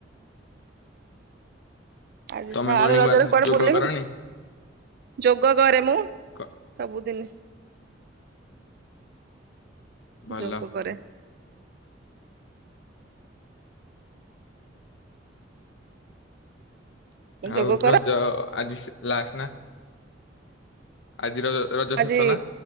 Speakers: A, on the right (about 55°); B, on the left (about 75°).
A: ଆଜି
B: ତମେ
A: ଥାଡେ
B: ମର୍ଣ୍ଣିଂ
A: ରଜରେ
B: ୱାର୍କ
A: କୁଆଡେ
B: ଯୋଗ
A: ବୁଲେଇବୁ
B: କରନି?
A: ଯୋଗ କରେ ମୁଁ
B: କ
A: ସବୁଦିନ
B: ଭଲ
A: ଯୋଗ କରେ। ଯୋଗ
B: ଆଉ
A: କର
B: ରଜ ଆଜି ଲାଷ୍ଟ ନା ଆଜିର ରଜ
A: ଆଜି
B: ଶେଷ ନା?